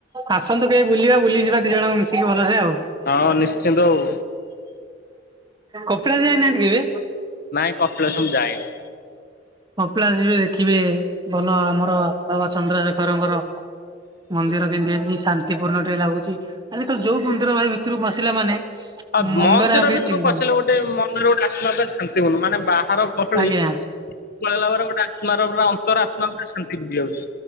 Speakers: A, on the right (about 25°); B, on the left (about 55°).
A: ଆସନ୍ତୁ କେହି ବୁଲିବା ବୁଲିଯିବା ଦି ଜଣଙ୍କୁ ମିଶିକି ଭଲରେ ଆଉ।
B: ହଁ ନିଶ୍ଚିନ୍ତ ଆଉ
A: କପିଲାସ ଯାଇନାହାନ୍ତି କେବେ?
B: ନାଇଁ କପିଳାସ ମୁଁ ଯାଇନି।
A: କପିଳାସ ଯିବେ ଦେଖିବେ ଭଲ ଆମର ବାବା ଚନ୍ଦ୍ରଶେଖରଙ୍କର ମନ୍ଦିର କେମିତି ହେଇଚି ଶାନ୍ତି ପୂର୍ଣ୍ଣ ଟିକେ ଲାଗୁଚି। ଆଜିିକାଲି ଯୋଉ ମନ୍ଦିର ଭାଇ ଭିତରକୁ ପସିଲା ମାନେ
B: ଅ
A: ମୁଣ୍ଡରେ
B: ମନ୍ଦିର
A: ଆଉ କିଛି
B: ଭିତରକୁ
A: ଚିନ୍ତା
B: ପଶିଲେ
A: ନାହିଁ।
B: ଗୋଟେ ଗୋଟେ ମନରେ ଗୋଟେ ଆସିଲା ମାନେ ଶାନ୍ତି ପୂର୍ଣ୍ଣ। ମାନେ ବାହାର ଗହଳି।
A: ଆଜ୍ଞା
B: <unintelligible> <unintelligible> ପୁରା ଅନ୍ତର ଆତ୍ମା ପୁରା ଶାନ୍ତି ହେଇଯାଉଛି।